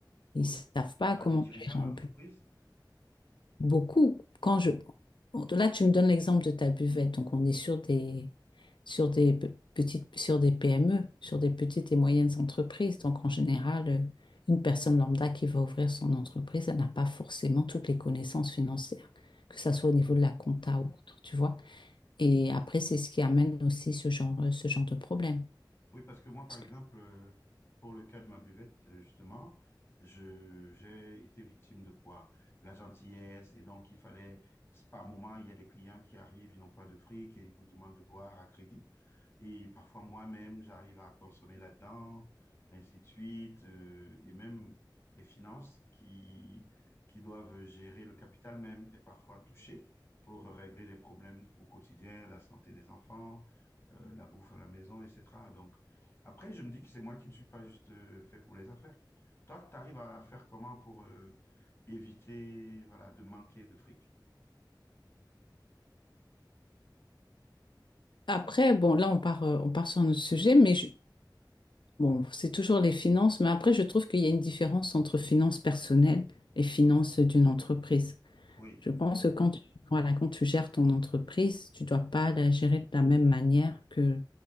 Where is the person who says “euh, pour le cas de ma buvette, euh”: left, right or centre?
Left